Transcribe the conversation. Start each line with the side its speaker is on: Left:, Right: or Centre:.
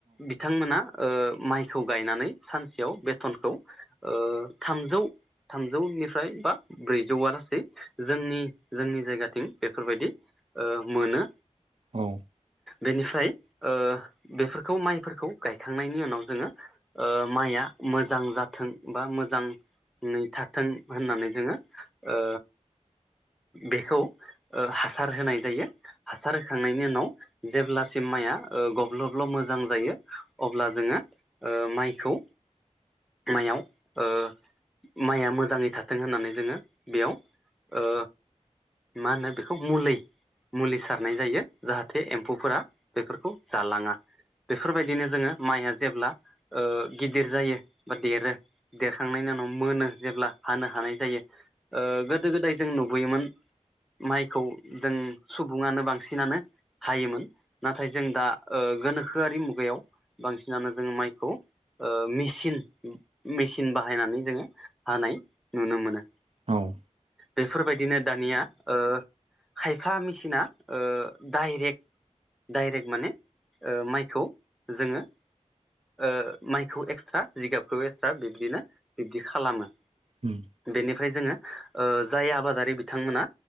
Centre: बिथांमोना ओ माइखौ गायनानै सानसेयाव बेथनखौ ओ थामजौ थामजौनिफ्राय बा ब्रैजौआ लासै जोंनि जोंनि जायगाथिं बेफोरबायदि ओ मोनो
Right: औ
Centre: बेनिफ्राय ओ बेफोरखौ माइफोरखौ गायखांनायनि उनाव जोङो ओ माइया मोजां जाथों बा मोजाङै थाथों होननानै जोङो ओ बेखौ हासार होनाय जायो। हासार होखांनायनि उनाव जेब्लासिम माया ओ गब्लब्ल' मोजां जायो अब्ला जोङो ओ माइखौ माइयाव ओ माइया मोजाङै थाथों थों होननानै जोङो बेयाव ओ मा होनो बेखौ मुलै मुलि सारनाय जायो जाहाथे एम्फौफोरा बेफोरखौ जालाङा बेफोरबायदिनो जोङो माइया जेब्ला ओ गिदिर जायो बा देरो देखांनायनि उनाव मोनो जेब्ला हानो हानाय जायो ओ गोदो गोदाय जों नुबोयोमोन माइखौ जों सुबुङानो बांसिनानो हायोमोन नाथाय जों दा ओ गोनोखोआरि मुगायाव बांसिनानो जोङो माइखौ ओ मेसिन मेसिन बाहायनानै जोङो हानाय नुनो मोनो।
Right: औ
Centre: बेफोरबायदिनो दानिया ओ खायफा मेसिना ओ डाइरेक्ट डाइरेक्ट माने ओ माइखौ जोङो ओ माइखौ एक्सट्रा जिगाबखौ एक्सट्रा बिब्दिनो बिबदि खालामो
Right: उम।
Centre: बेनिफ्राय जोङो ओ जाय आबादारि बिथांमोना